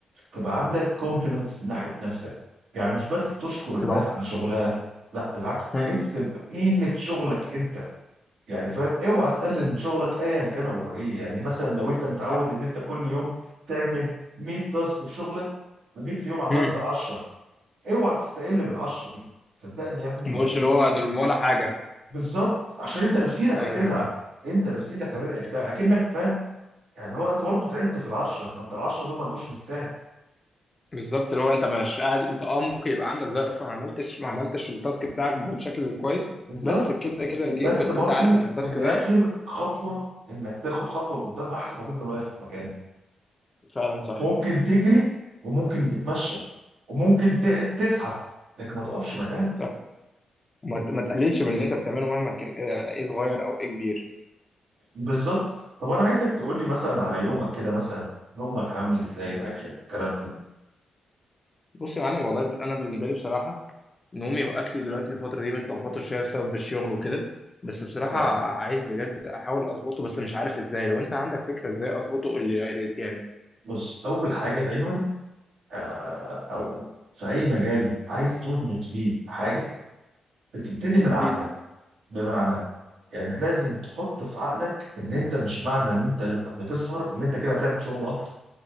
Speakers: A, on the right; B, on the left.
A: تبقى عندك كونفيدنس من ناحيه نفسك يعني مش بس تشكر الناس
B: تبقى
A: على شغلها لا بالعكس تحس
B: مم.
A: بقيمه شغلك انت يعني فاهم اوعى تقلل من شغلك ايا كان هو ايه يعني مثلا لو انت متعود
B: صح
A: ان انت كل يوم تعمل 100 تاسك في شغلك وجيت في يوم عملت
B: مم.
A: 10 اوعى تستقل بال 10 دي صدقني يا ابني
B: ما
A: انت
B: بقولش اللي هو دول ولا حاجه
A: بالظبط عشان انت نفسيتك
B: ايوه
A: هتزعل
B: أيوة.
A: انت نفسيتك هت... انت اكنك فاهم يعني هو انت برضه تعبت في ال 10 ما انت ال 10 دول ما جوش بالسهل
B: بالظبط اللي هو انت مش قاعد انت اه ممكن يبقى عندك ظرف ما عملتش ما عملتش التاسك بتاعك بشكل كويس
A: بالظبط
B: بس كده كده جي-
A: بس
B: كنت
A: برضه
B: انت عارف ان التاسك
A: بالاخر
B: ده
A: خطوه انك تاخد خطوه لقدام احسن ما تفضل واقف في مكانك
B: فعلا صح
A: ممكن تجري وممكن تتمشى وممكن ت- تزحف لكن ما تقفش مكانك
B: صح وما ت- ما تقللش من اللي انت بتعمله مهما كان ايه إيه صغير او ايه كبير
A: بالظبط طب انا عايزك تقول لي مثلا على يومك كده مثلا نومك عامل ازاي اكلك الكلام ده
B: بص يا معلم والله انا بالنسبه لي بصراحه نومي واكلي دلوقتي الفتره دي متلخبطه شويه بسبب الشغل وكده بس بصراحه
A: آه،
B: عايز بجد احاول اظبطه بس مش عارف ازاي لو انت عندك فكره ازاي اظبطه قول لي يا ريت يعني
A: بص اول حاجه دايما آه، او في اي مجال عايز تظبط فيه حاجه بتبتدي من عقلك
B: مم.
A: بمعنى يعني لازم تحط في عقلك ان انت مش معنى ان انت بتسهر ان انت كده هتعمل شغل اكتر